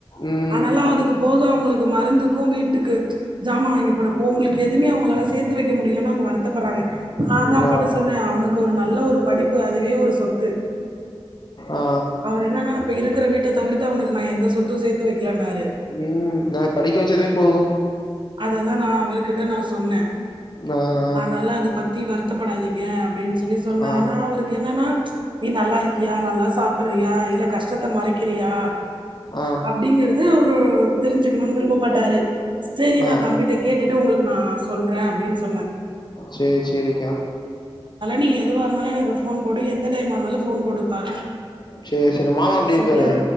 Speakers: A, on the left; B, on the right.
A: ம்.
B: ஆனாலும் அதுக்கு போக அவங்களுக் மருந்துக்கும் வீட்டுக்கு சாமான் வாங்கி போடவும் உங்களுக்கு எதுவுமே அவங்களால சேர்த்து வைக்க முடிய அவங்க வருத்தப்படுறாங்கா நா அதா அப்பாட்ட
A: நான்
B: சொன்ன அவனுக்கு ஒரு நல்ல ஒரு படிப் அதுவே ஒரு சொத்து
A: ஆ.
B: அவர் என்னன்னா இப்ப இருக்கிற வீட்ட தவிர்த்து அவனுக்கு நான் எந்த சொத்தும் சேர்த்து வைக்கலன்னாரு.
A: உம் நான் படிக்க வச்சதே போதும்
B: தான் நான் அவர் கிட்ட நான் சொ சொன்ன
A: நான்
B: ஆனால அத பத்தி வந் வருத்தப்படாதீங்க அப்படின்னு சொல்லி சொன்னேன்
A: ஆ.
B: ஆனா அவருக்கு என்னன்னா நீ நல்லா இருக்கியா நல்லா சாப்பிடுறியா இல்ல கஷ்டத்த மறைக்கிறியா
A: ஆ.
B: அப்படிங்கறது அவரு தெரிஞ்சுக்கணும்னு விருப்பப்பட்டாரு செரி நான்
A: ஆ.
B: தம்பிட்ட கேட்டுட்டு உங்களுக்கு நான் சொல்றேன் அப்படின்னு சொன்ன
A: சரி, சரிக்கா.
B: நீ எதுவ இருந்தாலும் எனக் ஃபோன் போடு எந்த டைமா இருந்தாலும் ஃபோன் போடு பா
A: சரி, சரி. மாமா எப்படி
B: செரியா
A: இருக்காரு?